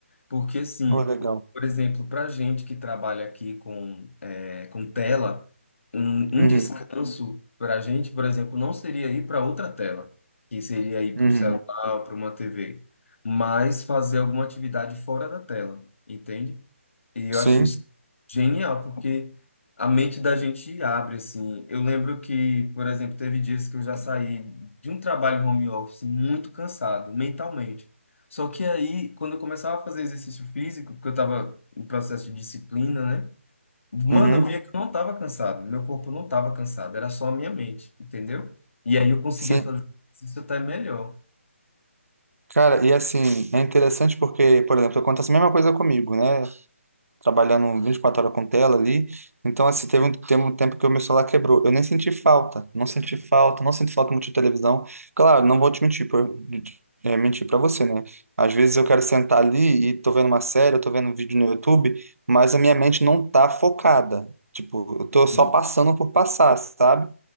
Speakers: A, on the left; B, on the right.
A: porque assim,
B: Oh, legal.
A: por exemplo, para gente que trabalha aqui com, é, com tela, um,
B: Uhum,
A: um descanso para a gente, por exemplo, não seria ir para outra tela, que seria ir para
B: uhum.
A: um celular, para uma TV, mas fazer alguma atividade fora da tela, entende? E eu
B: Sim,
A: achei isso genial, porque a mente da gente abre, assim. Eu lembro que, por exemplo, teve dias que eu já saí de um trabalho home office muito cansado, mentalmente. Só que aí, quando eu começava a fazer exercício físico, porque eu estava em processo de disciplina, né? Mano,
B: uhum,
A: eu via que eu não estava cansado, meu corpo não estava cansado, era só a minha mente, entendeu? E aí eu conseguia
B: sim.
A: fazer isso até melhor.
B: Cara, e assim, é interessante porque, por exemplo, acontece a mesma coisa comigo, né? trabalhando 24 horas com tela ali. Então, assim, teve um, teve um tempo que o meu celular quebrou. Eu nem senti falta, não senti falta, não senti falta muito de televisão. Claro, não vou te mentir, por, é, mentir para você, né? Às vezes eu quero sentar ali e tô vendo uma série, eu tô vendo um vídeo no YouTube, mas a minha mente não tá focada. Tipo, eu tô só
A: Sim.
B: passando por passar, sabe?